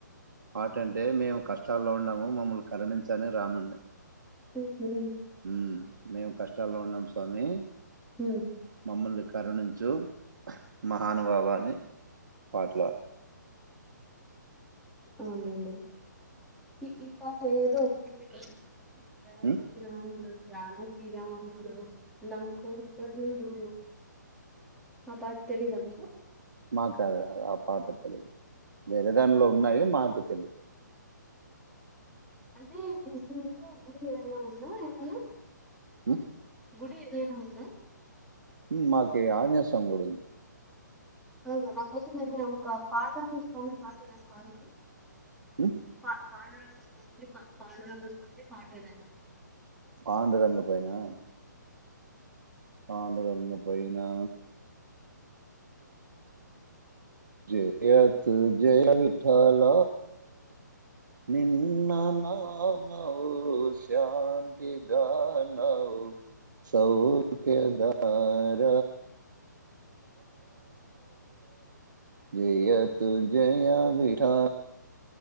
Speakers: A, on the right (about 75°); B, in the centre.
A: పాటంటే మేము కష్టాల్లో ఉన్నాము మమ్మల్ని కరణించని రాముణ్ణి
B: హ్ హ్
A: హ్మ్ మేము కష్టాల్లో ఉన్నాం స్వామి
B: హమ్
A: మమ్మల్ని కరుణించు మహానుభావాన్ని పాట
B: అవునులేండి ఈ ఈ పాట ఏదో ఒకటుంది కదా జగదబి
A: ఉమ్,
B: రాముడు జానకీ రాముడు లంకోదరుడు ఆ పాట తెలీదా మీకు
A: మాకది ఆ పాట తెలిదు వేరే దాట్లో ఉన్నాయి మాకే తెలీదు
B: అంటే మీ ఊర్లో గుడి ఏదైనా ఉందా ఏమైనా
A: హ్
B: గుడి ఏదైనా ఉందా
A: మాకే ఆంజనేయ స్వామి గుడుంది.
B: కాదు నా కోసం ఏదైనా ఒక పాట స్వామి పాట ఏదన్న పాడండి.
A: హ్
B: పా పాండురంగ స్వామి పాండురంగ స్వామిది పాటేదైనా
A: పాండురంగ పైనా పాండురంగం పోయినా జయతు జయ విఠల నిన్న నమవు శాంతి దానవు సౌఖ్యధార జయయ తు జయా విఠా